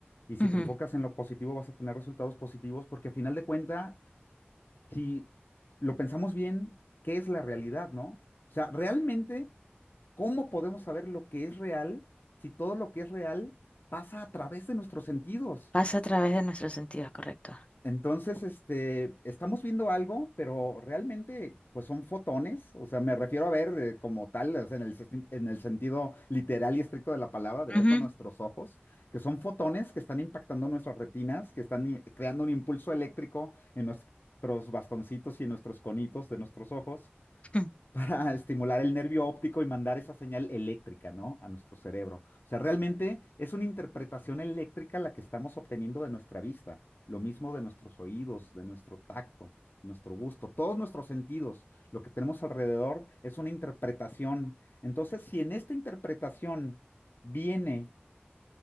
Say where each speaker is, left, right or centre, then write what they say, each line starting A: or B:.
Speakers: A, on the left; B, on the left.
A: Y si
B: Ujú.
A: te enfocas en lo positivo, vas a tener resultados positivos porque a final de cuenta, si lo pensamos bien, ¿qué es la realidad, no? O sea, realmente... ¿Cómo podemos saber lo que es real si todo lo que es real pasa a través de nuestros sentidos?
B: Pasa a través de nuestros sentidos, correcto.
A: Entonces, este, estamos viendo algo, pero realmente, pues son fotones, o sea, me refiero a ver eh, como tal, o sea, en el, sesti- en el sentido literal y estricto de la palabra, de ver
B: Ujú,
A: con nuestros ojos, que son fotones que están impactando nuestras retinas, que están i- creando un impulso eléctrico en nuestros bastoncitos y en nuestros conitos de nuestros ojos
B: <laughs>
A: para <laughs> estimular el nervio óptico y mandar esa señal eléctrica, ¿no? A nuestro cerebro. O sea, realmente es una interpretación eléctrica la que estamos obteniendo de nuestra vista, lo mismo de nuestros oídos, de nuestro tacto, nuestro gusto, todos nuestros sentidos, lo que tenemos alrededor es una interpretación. Entonces, si en esta interpretación viene